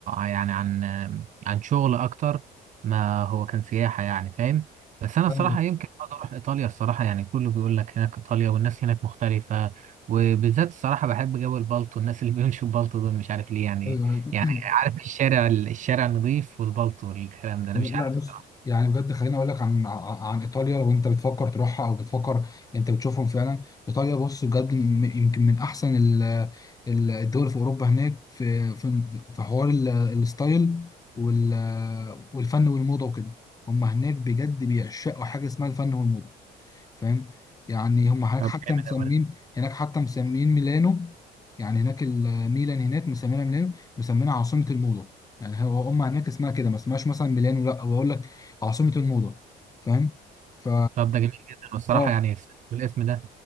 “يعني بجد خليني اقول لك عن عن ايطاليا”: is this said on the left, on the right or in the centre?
Left